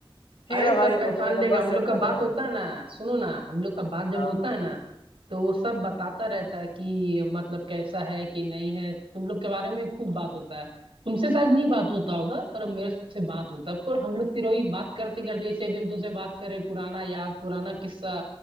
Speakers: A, on the left; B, on the right.
A: ठीक
B: अरे
A: है ना
B: सब
A: भाई
B: पहचान
A: मुझे मुझे नंबर
B: लेगा हम
A: सेंड
B: लोग का
A: कर
B: बात
A: देना
B: होता
A: है।
B: है ना सुनो ना हम लोग का बात जब
A: हाँ
B: होता है ना तो वो सब बताता रहता है कि मतलब कैसा है कि नहीं है तुम लोग के बारे में खूब बात होता है तुमसे शायद नहीं बात होता होगा पर मेरे से बात होता है पर हम लोग फिर वही बात करते करते जैसे अभी हम तुमसे बात करें पुराना याद पुराना किस्सा